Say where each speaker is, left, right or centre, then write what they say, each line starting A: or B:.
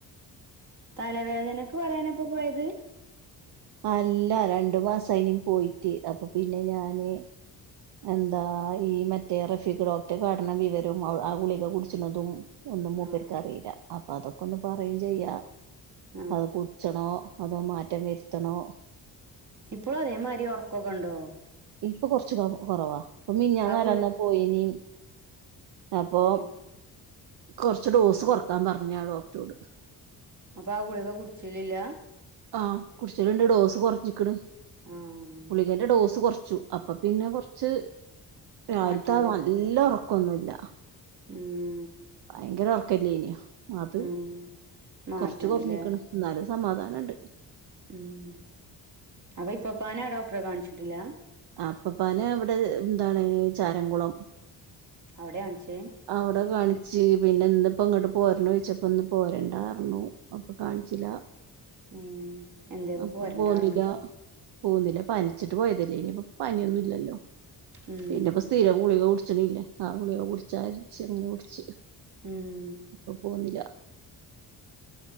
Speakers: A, on the right; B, on the right.
A: തലവേദനക്ക് പറിയാനപ്പൊ പോയത്
B: അല്ല രണ്ട്മാസ അയ്ന് പോയിട്ട് അപ്പൊ പിന്നെ ഞാന് എന്താ ഈ മറ്റേ റഫീഖ ഡോക്ടകാട്ട്ണ വിവരോം ആ ഗുളികെ കുടിച്ച്ണതും ഒന്നും മൂപ്പര്ക്ക്
A: ആഹ്
B: അറീല്ല അപ്പൊ അതൊക്കെ ഒന്ന് പറയും ചെയ്യാ
A: ആഹ്
B: അത് ക കുട്ച്ചണോ അതോ മാറ്റം വര്ത്തണോ
A: ഇപ്പളും അതേമാതിരി ഒർക്കൊക്കെണ്ടോ
B: ഇപ്പൊ കൊർച്ച് കൊറവാ ഇപ്പൊ മിഞ്ഞാന്നാല്ലാന്നാ
A: ആ ഗുളി
B: പോയിനി അപ്പൊ
A: ഉം
B: കൊർച്ച് ഡോസ് കൊർക്കാൻ പർഞ്ഞു ഞാൻ ഡോക്ട്റോട്
A: അപ്പൊ ആ ഗുളിക കുടിച്ചലില്ല
B: ആഹ് കുട്ച്ചല്ണ്ട് ഡോസ് കൊർച്ച്ക്ക്ണ്
A: ആഹ്
B: ഗുളികേന്റെ ഡോസ് കുറച്ചു അപ്പൊ പിന്നെ കൊർച്ച് രാവില്ത്തെ
A: മാറ്റണ്ട്
B: ആ നല്ല ഒർക്കൊന്നുല്ല
A: ഉം
B: വയങ്കര ഉറക്കല്ലേനോ അത്
A: ഉം മാറ്റണ്ട്ല്ലേ
B: കൊർച്ച് കൊർഞ്ഞിക്ക്ണ് ന്നാലും സമാധാനണ്ട്
A: ഉം അപ്പൊ ഇപ്പപ്പാനാ ഡോക്ട്രെ കാണ്ച്ചിട്ടില്ല
B: ആ പ്പപ്പാനെ വടെ എന്താണ് ചാരംകുളം
A: അവടെ കാണ്ച്ച്
B: അവടെ കാണിചച്ച് പിന്നെ ന്ന്പ്പോ ങ്ങട്ട് പോർണോയ്ച്ചപ്പോ ഇന്ന് പോരണ്ടാർഞ്ഞു അപ്പൊ കാണിച്ചില
A: ഏഹ് എന്തേപ്പ
B: അപ്പൊ
A: പോരണ്ടാർഞ്ഞ്
B: പോന്നില പോന്നില പന്ച്ചിട്ട് പോയതല്ലേനു ഇനിപ്പോ പനിന്നും ഇല്ലല്ലോ
A: ഉം
B: പിന്നെപ്പോ സ്ഥിരം ഗുളിക കുടിച്ച്ണില്ലേ ആഹ് ഗുളികെ കുടിച്ചരിച്ച് ങ്ങനെ കുടിച്ച്
A: ഉം
B: അപ്പൊ പോന്നില